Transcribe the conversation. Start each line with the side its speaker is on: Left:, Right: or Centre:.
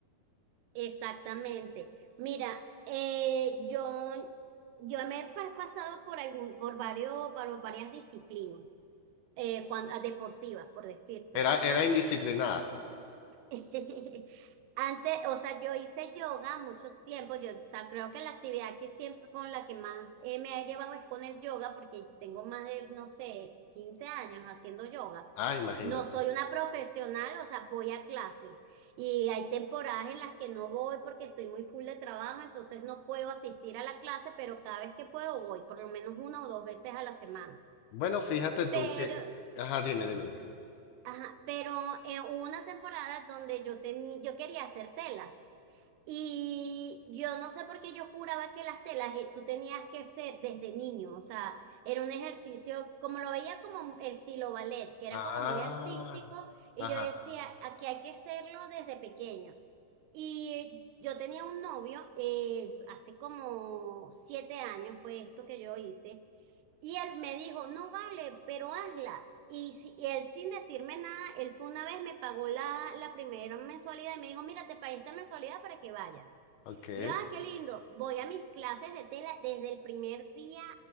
Right: Exactamente. Mira, eh, yo, yo me he pa- pasado por algún, por varios, por varias disciplinas eh, cuan- ah, deportivas, por decirte.
Left: Era, era indisciplinada.
Right: <laughs> Antes, o sea, yo hice yoga mucho tiempo. Yo, o sea, creo que la actividad que siempre con la que más eh, me he llevado es con el yoga, porque tengo más de, no sé, 15 años haciendo yoga.
Left: Ah, imagínate.
Right: No soy una profesional, o sea, voy a clases y hay temporadas en las que no voy porque estoy muy full de trabajo, entonces no puedo asistir a la clase, pero cada vez que puedo voy, por lo menos una o dos veces a la semana.
Left: Bueno, fíjate tú
Right: Pero,
Left: que. Ajá, dime, dime, dime.
Right: ajá, pero eh, hubo una temporada donde yo tenía, yo quería hacer telas. Y yo no sé por qué yo juraba que las telas eh, tú tenías que ser desde niño, o sea, era un ejercicio, como lo veía como el estilo ballet, que era
Left: Ah,
Right: como muy artístico, y
Left: ajá,
Right: yo decía, aquí hay que hacerlo desde pequeño. Y yo tenía un novio, eh, hace como siete años fue esto que yo hice, y él me dijo, no vale, pero hazla. Y, si- y él sin decirme nada, él fue una vez me pagó la, la primera mensualidad y me dijo, mira, te pagué esta mensualidad para que vayas.
Left: ok.
Right: Y yo, ah, qué lindo. Voy a mis clases de tela. Desde el primer día